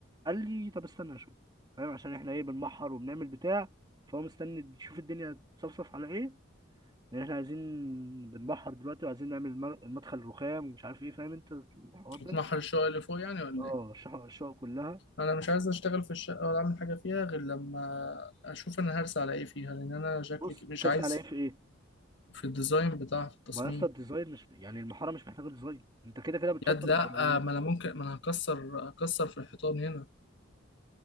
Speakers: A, on the right; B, on the left.
A: قال لي طب استنى اشوف فاهم عشان احنا ايه بنبحر وبنعمل بتاع فهو مستني يشوف الدنيا تصفصف على ايه لان احنا عايزين بنبحر دلوقتي وعايزين نعمل الم- المدخل الرخام ومش عارف ايه فاهم انت الحوار
B: هتمحل
A: ده
B: الشقه اللي فوق يعني ولا
A: اه
B: ايه
A: الشقق الشقق كلها
B: انا مش عايز اشتغل في الشقه ولا اعمل حاجه فيها غير لما اشوف انا هرسى على ايه فيها لان انا شكلي
A: بص
B: ك- مش
A: ترسى
B: عايز
A: على ايه في ايه
B: في الديزاين بتاع في التصميم
A: ما يا اسطى الديزاين مش يعني المحاره مش محتاجه ديزاين انت كده كده بتشطب
B: يد لا
A: الاولويات
B: آه، ما انا ممكن ما انا هكسر هكسر في الحيطان هنا